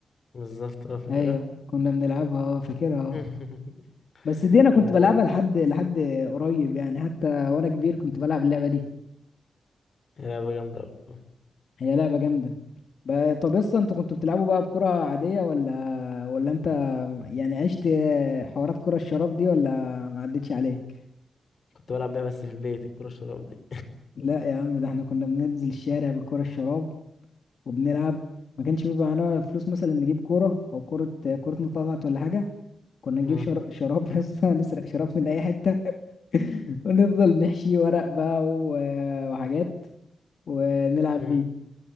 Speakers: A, on the left; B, on the left.
A: بالظبط اه فاكرها
B: ايوه كنا بنلعبها اه فاكرها اه
A: <laughs>
B: بس دي انا كنت
A: و
B: بلعبها لحد لحد قريب يعني حتى وانا كبير كنت بلعب اللعبة دي
A: هي لعبة جامدة أوي.
B: هي لعبة جامدة بقى طب يسطا انتوا كنتوا بتلعبوا بقى بكرة عادية ولا ولا انت يعني عشت حوارات كرة الشراب دي ولا ما عدتش عليك
A: كنت بلعب بيها بس في البيت الكورة الشراب دي
B: لا يا عم ده احنا كنا بننزل الشارع بالكرة الشراب وبنلعب ما كانش بيبقى معانا فلوس مثلا نجيب كورة او كرة كرة متقطعة ولا حاجة
A: <laughs>
B: كنا نجيب
A: اه
B: شر... شراب يا اسطى نسرق شراب من اي حته <laughs> ونفضل نحشي ورق بقى و... وحاجات ونلعب
A: <laughs>
B: بيه